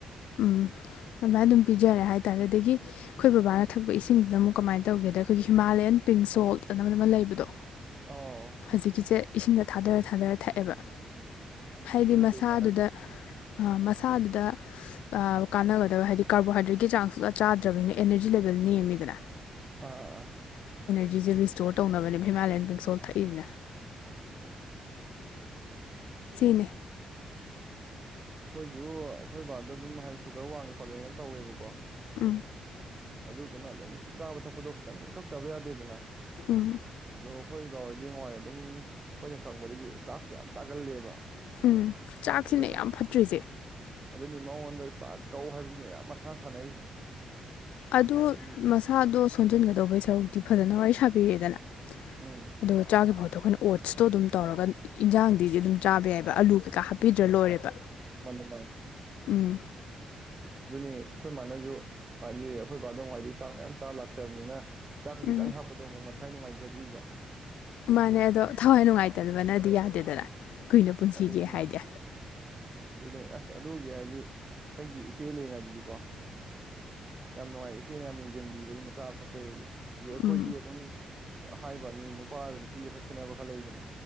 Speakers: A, on the left; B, on the right.
A: ꯎꯝ ꯑꯗꯨꯃꯥꯏꯅ ꯑꯗꯨꯝ ꯄꯤꯖꯔꯦ ꯍꯥꯏ ꯇꯔꯦ ꯑꯗꯒꯤ ꯑꯩꯈꯣꯏ ꯕꯕꯥꯅ ꯊꯛꯄ ꯏꯁꯤꯡꯗꯨꯅ ꯑꯃꯨꯛ ꯀꯃꯥꯏꯅ ꯇꯧꯒꯦꯗ ꯑꯩꯈꯣꯏꯒꯤ ꯍꯤꯃꯥꯂꯌꯥꯟ ꯄꯤꯡ ꯁꯣꯜꯠ ꯑꯅꯕꯗꯨ ꯑꯃ ꯂꯩꯕꯗꯣ
B: ꯑꯣ
A: ꯍꯧꯖꯤꯛꯀꯤꯁꯦ ꯏꯁꯤꯡꯗ ꯊꯥꯗꯔ ꯊꯥꯗꯔ ꯊꯛꯑꯦꯕ ꯍꯥꯏꯗꯤ ꯃꯁꯥꯗꯨꯗ
B: ꯀꯩ ꯀꯥꯟꯅꯒꯦ?
A: ꯑꯥ ꯃꯁꯥꯗꯨꯗ ꯑꯥ ꯀꯥꯟꯅꯒꯗꯕ ꯍꯥꯏꯗꯤ ꯀꯥꯔꯕꯣꯍꯥꯏꯗ꯭ꯔꯦꯠꯀꯤ ꯆꯥꯡ ꯁꯨꯖꯥ ꯆꯥꯗ꯭ꯔꯕꯅꯤꯅ ꯑꯦꯅꯔꯖꯤ ꯂꯦꯚꯦꯜ ꯅꯦꯝꯃꯤꯗꯅ
B: ꯑꯥ ꯑꯥ ꯑꯥ
A: ꯍꯧꯖꯤꯁꯦ ꯔꯤꯁꯇꯣꯔ ꯇꯧꯅꯕꯅꯦꯕ ꯍꯤꯃꯥꯂꯌꯥꯟ ꯄꯤꯡꯁꯣꯜ ꯊꯛꯏꯁꯤꯅ
B: ꯑꯣ
A: ꯁꯤꯅꯦ
B: ꯑꯩꯈꯣꯏꯁꯨ ꯑꯩꯈꯣꯏ ꯕꯥꯗꯣ ꯑꯗꯨꯝ ꯍꯥꯏ ꯁꯨꯒꯔ ꯋꯥꯡꯉꯦ ꯈꯣꯠꯂꯦꯅ ꯇꯧꯋꯦꯕꯀꯣ
A: ꯎꯝ
B: ꯑꯗꯨꯗꯨꯅ ꯑꯗꯨꯝ ꯆꯥꯕ ꯊꯛꯄꯗꯣ ꯈꯤꯇꯪ ꯏꯀꯛꯇꯕ ꯌꯥꯗꯦꯗꯅ
A: ꯎꯝ
B: ꯑꯗꯣ ꯑꯩꯈꯣꯏ ꯕꯥꯍꯣꯏꯗꯤ ꯅꯨꯡꯋꯥꯏ ꯑꯗꯨꯝ ꯑꯩꯈꯣꯏꯅ ꯈꯪꯕꯗꯒꯤ ꯆꯥꯛꯁꯦ ꯌꯥꯝ ꯆꯥꯒꯜꯂꯦꯕ
A: ꯎꯝ ꯆꯥꯛꯁꯤꯅꯦ
B: ꯑꯗꯨꯅ
A: ꯌꯥꯝ ꯐꯠꯇ꯭ꯔꯤꯁꯦ
B: ꯑꯗꯨꯅꯤ ꯃꯉꯣꯟꯗ ꯆꯥꯛ ꯀꯧ ꯍꯥꯏꯕꯁꯤꯅꯦ ꯃꯌꯥꯝ ꯃꯊꯥ ꯁꯥꯟꯅꯔꯤꯁꯦ
A: ꯑꯗꯨ
B: ꯑꯗꯨꯗꯤ
A: ꯃꯁꯥꯗꯣ ꯈꯣꯟꯖꯤꯟꯒꯗꯧꯕꯩ ꯁꯔꯨꯛꯇꯤ ꯐꯖꯅ ꯋꯥꯔꯤ ꯁꯥꯕꯤꯔꯦꯗꯅ
B: ꯎꯝ,
A: ꯑꯗꯨꯒ ꯆꯥꯒꯤ ꯃꯍꯨꯠ ꯑꯗꯣ ꯑꯩꯈꯣꯏꯅ ꯑꯣꯠꯁꯇꯣ ꯑꯗꯨꯝ ꯇꯧꯔꯒ ꯏꯟꯖꯥꯡꯗꯤꯗꯤ ꯑꯗꯨꯝ ꯆꯥꯕ ꯌꯥꯏꯑꯕ ꯑꯂꯨ ꯀꯩꯀꯥ ꯍꯥꯞꯄꯤꯗ꯭ꯔ ꯂꯣꯏꯔꯦꯕ
B: ꯃꯥꯅꯦ ꯃꯥꯅꯦ
A: ꯎꯝ
B: ꯑꯗꯨꯅꯤ ꯑꯩꯈꯣꯏ ꯃꯥꯥꯅꯁꯨ ꯍꯥꯏꯗꯤ ꯑꯩꯈꯣꯏ ꯕꯥꯗꯣ ꯅꯍꯥꯟꯋꯥꯏꯗꯩ ꯆꯥꯛ ꯃꯌꯥꯝ ꯆꯥꯕ ꯂꯥꯛꯆꯕꯅꯤꯅ ꯆꯥꯛ ꯈꯤꯇꯪ
A: ꯎꯝ
B: ꯍꯥꯞꯄꯗꯨ ꯃꯣꯛ ꯃꯊ꯭ꯋꯥꯏ ꯅꯨꯉꯥꯏꯖ ꯆꯗ꯭ꯕꯤꯕ
A: ꯃꯥꯅꯦ ꯑꯗꯣ ꯊꯋꯥꯏ ꯅꯨꯡꯉꯥꯏꯇꯗꯕꯅꯗꯤ ꯌꯥꯗꯦꯗꯅ ꯀꯨꯏꯅ ꯄꯨꯟꯁꯤꯒꯦ
B: ꯑꯗꯨꯅꯦ
A: ꯍꯥꯏꯗꯤ
B: ꯑꯗꯨꯅꯦ ꯑꯁ ꯑ ꯑꯗꯨꯒꯤ ꯍꯥꯏꯗꯤ ꯑꯩꯈꯣꯏꯒꯤ ꯏꯆꯦ ꯂꯩꯔꯤꯉꯩꯗꯗꯤꯀꯣ ꯌꯥꯝ ꯅꯨꯡꯉꯥꯏ ꯏꯆꯦꯅ ꯌꯥꯝ ꯌꯦꯡꯁꯤꯟꯕꯤꯕ ꯑꯗꯨꯝ ꯆꯥꯥꯕ ꯊꯛꯄ ꯗꯩꯗꯤ ꯑꯗꯩ ꯑꯩꯈꯣꯏꯗꯤ
A: ꯎꯝ
B: ꯑꯗꯨꯝ ꯑ ꯍꯥꯏꯕ ꯑꯅꯤ ꯅꯨꯄꯥꯗ ꯅꯨꯄꯤꯁꯦ ꯈꯔ ꯈꯦꯠꯅꯕ ꯈꯔ ꯂꯩꯗꯅ